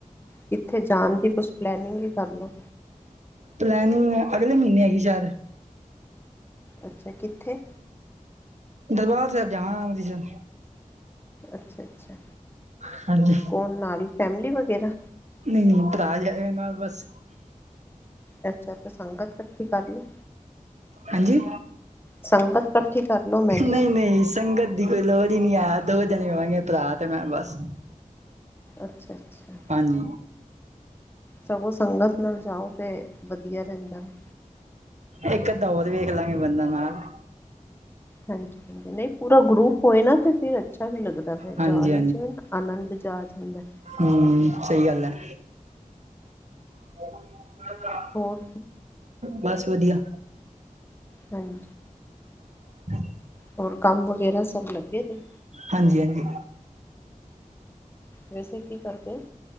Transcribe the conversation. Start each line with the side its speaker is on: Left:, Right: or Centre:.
Left: ਕਿਥੇ ਜਾ ਨ ਕੁਛ ਪਲੈਨਿੰਗ ਹੀ ਕਰ ਲੋ
Right: ਪਲੈਨਿੰਗ ਅਗਲੇ ਮੀਹਨੇ ਹੈਗੀ ਸ਼ੈਦ
Left: ਅੱਛਾ ਕਿੱਥੇ
Right: ਦਰਬਾਰ ਸਾਹਿਬ ਜਾਵਾਂ ਅੰਮ੍ਰਿਤਸਰ
Left: ਅੱਛਾ ਅੱਛਾ
Right: ਹਾਂਜੀ
Left: ਹੋਣ ਨਾਲ ਫੈਮਿਲੀ ਵਗੈਰਾ
Right: ਨਹੀਂ ਨਹੀਂ ਭਰਾ ਜਾਏ ਨਾਲ ਬਸ
Left: ਅੱਛਾ ਤੇ ਸੰਗਤ ਇਕੱਠੀ ਕਰ ਲੋ
Right: ਹਾਂਜੀ
Left: ਸੰਗਤ ਇਕੱਠੀ ਕਰ ਲਓ ਮੈਂ ਕਿਹਾ
Right: ਨਹੀਂ ਨਹੀਂ ਸੰਗਤ ਦੀ ਕੋਈ ਲੋੜ ਹੀ ਨਹੀਂ ਆਇਆ ਦੋ ਜਣੇ ਹੋਣਗੇ ਭਰਾ ਤੇ ਮੈਂ ਬਸ
Left: ਅੱਛਾ ਅੱਛਾ
Right: ਹਾਂਜੀ
Left: ਸਗੋਂ ਸੰਗਤ ਨਾਲ ਜਾਓ ਤੇ ਵਧੀਆ ਰਹਿੰਦਾ ਹੈ
Right: ਇੱਕ ਅਧ ਹੋਰ ਵੇਖ ਲਾਂਗੇ ਬੰਦਾ ਨਾਲ
Left: ਹਾਂਜੀ ਨਹੀਂ ਪੂਰਾ ਗਰੁਪ ਹੋਏ ਨਾ ਤੇ ਫਿਰ ਅੱਛਾ ਅੱਛਾ ਵੀ ਲੱਗਦਾ ਫਿਰ
Right: ਹਾਂਜੀ
Left: ਜਾ ਨ ਆਨੰਦ ਚ ਜਾ ਜਾਂਦਾ
Right: ਹੂ ਸਹੀ ਗੱਲ ਹੈ <unintelligible>
Left: ਹੋਰ
Right: ਬਸ ਵਧੀਆ
Left: ਹਾਂਜੀ
Right: <inaudible>
Left: ਹੋਰ ਕੰਮ ਵਗੈਰਾ ਸਭ ਲੱਗੇ ਦੇ
Right: ਹਾਂਜੀ ਹਾਂਜੀ
Left: ਵੈਸੇ ਕੀ ਕਰਦੇ